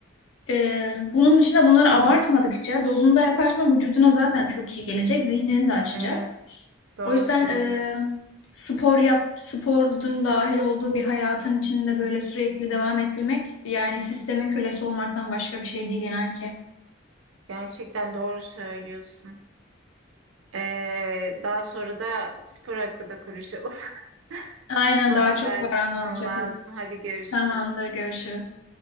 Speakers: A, on the left; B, on the right.
A: Ee, bunun dışında bunları abartmadıkça dozunda yaparsan vücuduna zaten çok iyi gelecek, zihnini de açacak.
B: Evet, doğru
A: O yüzden
B: söylüyorsun.
A: e, spor yap, sporun dahil olduğu bir hayatın içinde böyle sürekli devam ettirmek yani sistemin kölesi olmaktan başka bir şey değil inan ki.
B: Gerçekten doğru söylüyorsun. Ee, daha sonra da spor hakkında konuşalım.
A: Aynen
B: <laughs> Tamam,
A: daha çok
B: ben
A: var
B: çıkmam
A: anlatacaklar.
B: lazım. Hadi görüşürüz.
A: Tamamdır, görüşürüz.